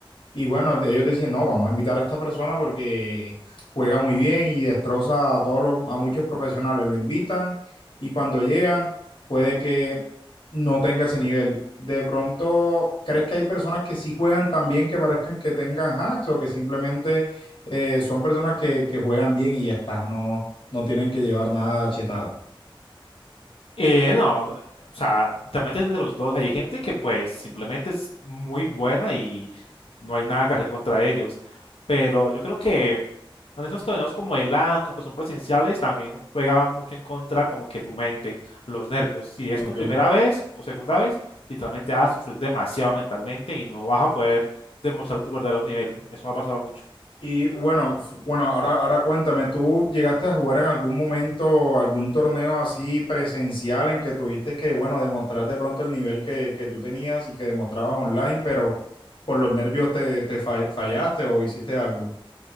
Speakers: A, on the left; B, on the left.
A: Y bueno, de- ellos decían, no, vamos a invitar a esta persona porque juega muy bien y destroza a todos los, a muchos profesionales. Lo invitan y cuando llegan puede que no tenga ese nivel. De pronto, ¿crees que hay personas que sí juegan tan bien que parezcan que tengan hacks o que simplemente eh, son personas que, que juegan bien y ya está, no, no tienen que llevar nada chetado?
B: Eh, no, o sea, te metes de los dos. Hay gente que pues simplemente es muy buena y no hay nada que hacer contra ellos. Pero yo creo que en esos torneos como el LAN, como que son presenciales, también juega mucho en contra como que tu mente, los nervios. Si
A: Ok.
B: es tu primera vez o segunda vez, literalmente vas a sufrir demasiado mentalmente y no vas a poder demostrar tu verdadero nivel. Eso me ha pasado mucho.
A: Y bueno, f- bueno, ahora, ahora cuéntame, ¿tú llegaste a jugar en algún momento algún torneo así presencial en que tuviste que, bueno, demostrar de pronto el nivel que, que tú tenías y que demostrabas online, pero por los nervios te, te fa- fallaste o hiciste algo?